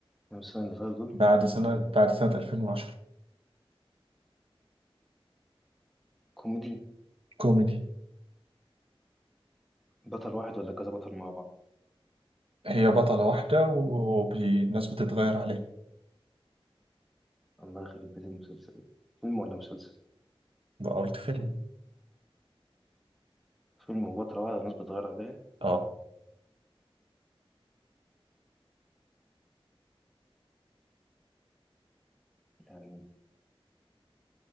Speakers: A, in the centre; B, on the right.
A: كام سنة اللي فاتوا دول
B: بعد
A: ولا
B: سنة بعد سنة 2010
A: كوميدي
B: كوميدي
A: بطل واحد ولا كذا بطل مع بعض
B: هي بطلة واحدة والناس بتتغير عليها
A: الله يخرب بيت المسلسل فيلم ولا مسلسل؟
B: ده قلت فيلم
A: فيلم بطل واحد والناس بتغير عليه
B: اه
A: يعني